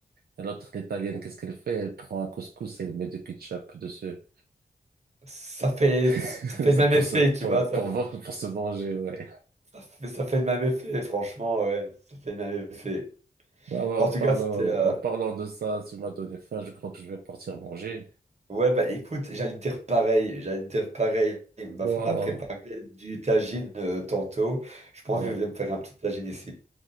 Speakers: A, on the right; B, on the right.
A: Et l'autre, l'Italienne, qu'est-ce qu'elle fait? Elle prend un couscous et elle met du ketchup dessus.
B: Ça fait, ça
A: <laughs>
B: fait
A: Ça
B: le même
A: pour
B: effet,
A: se, pour,
B: tu vois. Ça,
A: pour,
B: fait,
A: pour se manger, ouais.
B: ça fait ça fait le même effet, franchement, ouais. Ça fait le même effet.
A: Ah ouais,
B: En
A: en
B: tout
A: parlant,
B: cas, c'était. euh,
A: en parlant de ça, tu m'as donné faim, je crois que je vais partir manger.
B: Ouais, bah écoute, j'allais te dire pareil. J'allais te dire pareil. Ma
A: Bon,
B: femme a préparé du tagine euh, tantôt. Je pense
A: oh,
B: que je vais me faire un petit tagine ici.